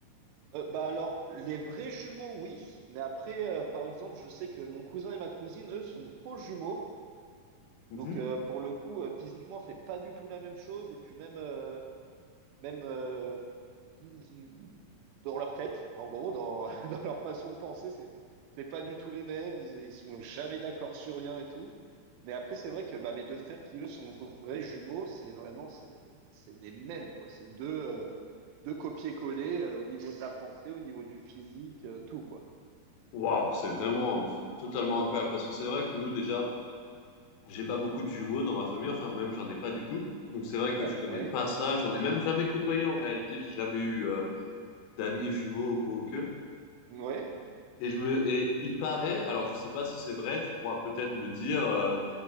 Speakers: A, on the right; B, on the left.
A: euh, bah alors, les vrais jumeaux, oui, mais après, euh, par exemple, je sais que mon cousin et ma cousine, eux, sont faux jumeaux.
B: Mhm.
A: Donc euh, pour le coup, euh, physiquement, c'est pas du tout la même chose. Et puis même... euh, même euh, qui- dans leur tête, en gros, dans, <laughs> dans leur façon de penser, c'est c'est pas du tout les mêmes. Ils, ils sont jamais d'accord sur rien et tout. Mais après, c'est vrai que bah, mes deux frères qui eux sont f- vrais jumeaux, c'est vraiment c'est les- c'est les mêmes quoi. C'est deux euh, deux copier-coller euh, au niveau de la pensée, au niveau du physique, euh, tout quoi.
B: Waouh, c'est vraiment totalement incroyable parce que c'est vrai que nous déjà, j'ai pas beaucoup de jumeaux dans ma famille, enfin même j'en ai pas du tout. Donc c'est vrai
A: Bah,
B: que je connais
A: ouais,
B: pas ça, j'en ai même jamais côtoyé en réalité, j'ai jamais eu euh, d'amis jumeaux ou quoi que.
A: ouais.
B: Et je me et il paraît, alors je sais pas si c'est vrai, tu pourras peut-être me dire euh,